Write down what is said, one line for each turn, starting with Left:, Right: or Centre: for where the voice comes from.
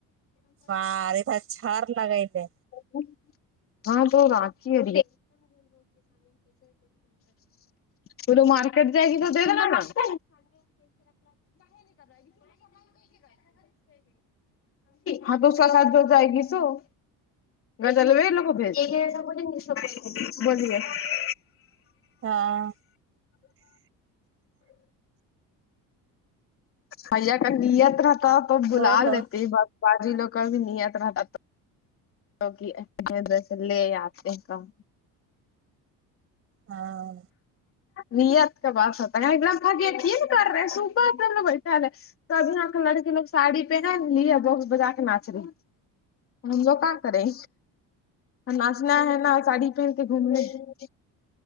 Right: بار تھا چھار لگائے تھے
Left: <inaudible> ہاں تو رات کی <inaudible> وہ تو مارکیٹ جائے گی تو د د ن کر <inaudible> سمج ہاں تو اس کا ساتھ با جائے گی سو <unintelligible>
Right: ہاں
Left: بھیا کا نیت رہتا تو بلا
Right: بولو
Left: لیتی بس باجی کا بھی نیت رہتا تو <unintelligible>
Right: ہاں
Left: نیت کا بات ہوتا ہے ایک دمکی کر رہے ہیں صبح <unintelligible> تب یہاں کا لڑکی لوگ ساڑی پہن لیے بہت بجا کے ناچ رہی ہے ہم لوگ کہ کریں اب ناچ نہ ہے ساڑی پہنتے گھومنےد